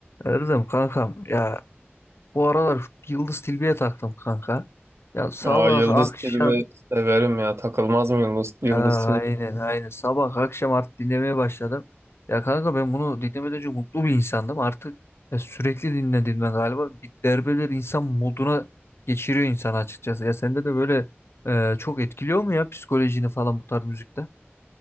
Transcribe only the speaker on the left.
Erdem kankam ya bu aralar Yıldız Tilbe'ye taktım kanka. Ya sabah
akşam
ya aynen
aynen sabah akşam artık dinlemeye başladım. Ya kanka ben bunu dinlemeden önce mutlu bir insandım. Artık ya sürekli dinle dinle galiba bir derbeler insan moduna geçiriyor insanı açıkçası. Ya sende de böyle e, çok etkiliyor mu ya psikolojini falan bu tarz müzikte?